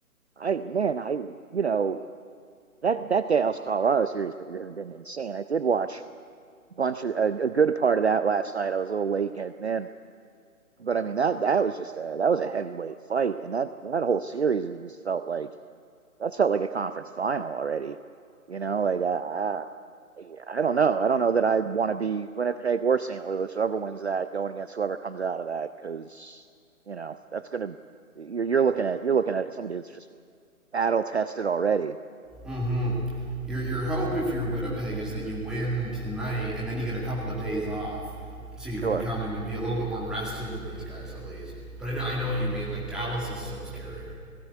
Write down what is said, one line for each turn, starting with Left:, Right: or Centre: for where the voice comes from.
Right: I man I you know that that Dallas Colorado series has been insane. I did watch bunch of a, a good part of that last night. I was a little late getting in, but I mean that that was just a that was a heavyweight fight, and that that whole series was just felt like that felt like a conference final already. You know, like I I, I don't know, I don't know that I'd want to be Winnipeg or St. Louis, whoever wins that, going against whoever comes out of that, because you know that's gonna you're you're looking at you're looking at somebody that's just battle tested already.
Centre: hmm Your your hope if you're Winnipeg is that you win tonight and then you get a couple of days off, so you can
Right: Sure.
Centre: come in and be a little bit more rested than these guys at least. But I know I know what you mean. Like Dallas is so scary.